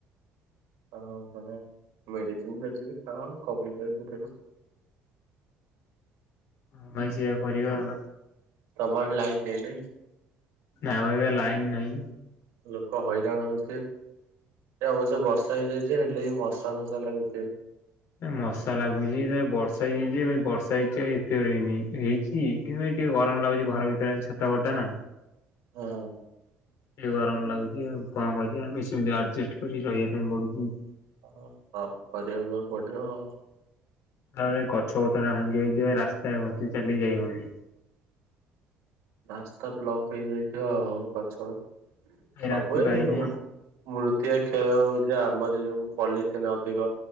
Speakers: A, on the right (about 70°); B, on the left (about 60°).
A: ହଁ ହଁ ମେଡିସିନ୍ ଫେଡିସିନ ଖାଅ କମିଯିବ।
B: ହଁ ଭାଇ ସେଇଆ କରିବା ଆଉ
A: ତମ ଆଡ଼େ ଲାଇଟ୍ ନାହିଁ ନାଇଁ।
B: ନାଁ ବା ଏବେ ଲାଇନ ନାହିଁ।
A: ଲୋକ ହଇରାଣ ହଉଥିବେ, ସେ ଅବଶ୍ୟ ବର୍ଷା ହେଇଯାଇଛି ହେଲେ ବି, ମସ୍ ମଶା ଲାଗୁଥିବେ।
B: ମଶା ଲାଗୁଛି ଯେ ବର୍ଷା ହେଇଯାଇଛି, ଏବେ ବର୍ଷା ହେଇଛି ଆଉ ଏତେ ହେଇନି, ହେଇଛି କିନ୍ତୁ ଭାଇ ଟିକେ ଗରମ ଲାଗୁଛି ଘର ଭିତରେ, ଛାତଘରଟା ନା।
A: ହଁ।
B: ଟିକେ ଗରମ ଲାଗୁଛି ଆଉ କଣ କରିବା ଆମେ, ସେମତି ଆଡଜଷ୍ଟ କରିକି ରହିବା ପାଇଁ ପଡୁଛି।
A: ହଁ, ହଉ କରିବା ପାଇଁ ପଡିବ ଆଉ।
B: ତାପରେ, ଗଛ ପତର ଭାଙ୍ଗି ଯାଇଛି ଯେ, ରାସ୍ତାରେ ଘରଠିକି ଚାଲିକି ଯାଇ ହଉନି।
A: ରାସ୍ତା ବ୍ଲକ୍ ହେଇଯାଇଥିବ ଆଉ ଗଛ,
B: ଭାଇ
A: ସବୁ
B: ରାତି
A: ଏ
B: ପାଇନି
A: ମୃତୀକା କ୍ଷୟ ହଉଛି ଆମର ଯୋଉ ପଲିଥିନ୍ ଅଧିକ।